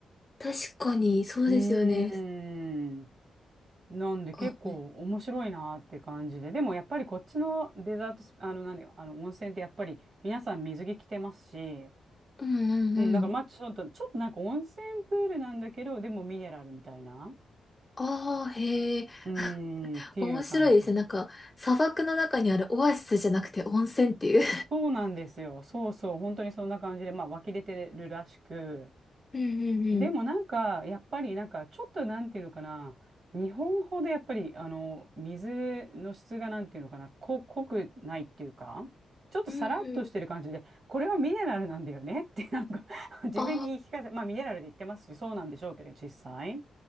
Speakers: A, on the left; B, on the right.
A: 確かに、そうですよね。
B: うーん。なんで結構面白いなーって感じで。
A: あ、うん
B: でもやっぱりこっちのデザートス、あの、なんだよ、あの、温泉ってやっぱり皆さん水着着てますし、
A: うんうん。
B: うん、だからまあちょっと、ちょっとなんか温泉プールなんだけど、でもミネラルみたいな。
A: ああ、へえ。
B: うーん、
A: <laughs>
B: っていう感じ。
A: 面白いですね。なんか、砂漠の中にあるオアシスじゃなくて温泉っていう。
B: そうなんですよ。そうそう、本当にそんな感じで、まあ湧き出てるらしく。
A: <laughs> うんうんうん。
B: でもなんか、やっぱりなんか、ちょっとなんていうのかな、日本ほどやっぱり、あの、水の質がなんていうのかな、こ、濃くないっていうか、ちょっとさらっとしてる感じで、
A: うんうん。
B: これはミネラルなんだよねって、なんか <laughs> 自分に言い聞かせ、
A: あ
B: まあミネラルで言ってますし、そうなんでしょうけど、実際。